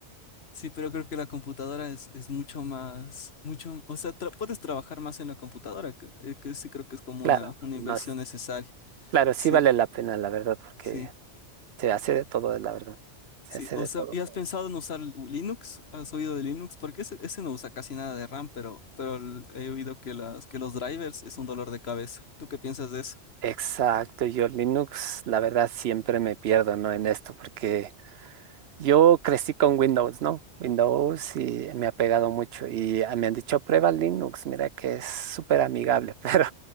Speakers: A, on the left; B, on the right.
A: Sí, pero creo que la computadora es, es mucho más, mucho, o sea, tra- puedes trabajar más en la computadora, que, eh, que sí creo que es como
B: Claro,
A: una, una
B: no
A: inversión
B: es-
A: necesaria.
B: claro,
A: Sí,
B: sí vale la pena, la verdad, porque
A: sí,
B: se hace de todo, la verdad. Se
A: sí.
B: hace
A: O
B: de
A: sea,
B: todo.
A: ¿y has pensado en usar l- Linux? ¿Has oído de Linux? Porque ese, ese no usa casi nada de RAM, pero, pero el- he oído que las, que los drivers es un dolor de cabeza. ¿Tú qué piensas de eso?
B: Exacto, yo Linux, la verdad, siempre me pierdo, ¿no? En esto, porque Yo crecí con Windows, ¿no? Windows y me ha pegado mucho. Y ah, me han dicho, prueba Linux, mira que es súper amigable, <laughs> pero